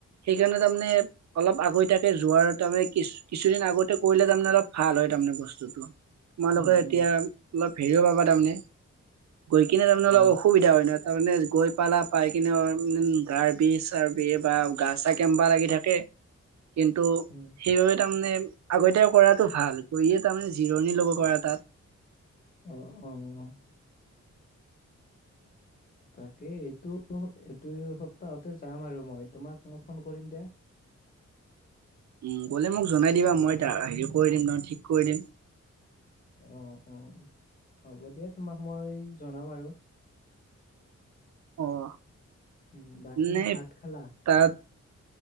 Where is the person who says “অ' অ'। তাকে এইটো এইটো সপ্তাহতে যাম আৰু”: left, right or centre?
Left